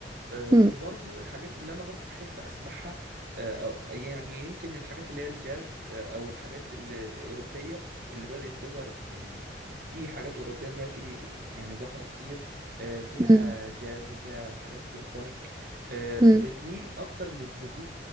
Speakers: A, on the right; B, on the right.
A: آه،
B: مم.
A: وبرضو الحاجات اللي انا برضو بحب اسمعها آه، أو- يعني يمكن الحاجات اللي هي الجاز آه، او الحاجات الاوروبيه اللي بدات تظهر يعني في حاجات اوروبيه دلوقتي يعني ظاهره كتير آه، فيها
B: مم.
A: جاز وفيها حاجات سيمفونيك آه،
B: مم.
A: بتميل اكتر للهدوء